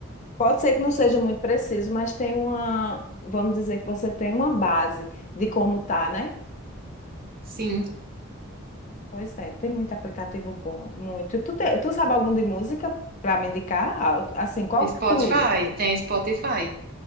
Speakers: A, on the left; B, on the right.
A: pode ser que não seja muito preciso, mas tem uma, vamos dizer que você tem uma base de como tá, né?
B: Sim,
A: Pois é, tem muito aplicativo bom, muito. Tu, te- tu sabe algum de música para me indicar? Ah, Assim, qual
B: Spotify,
A: que tu ia-
B: tem Spotify.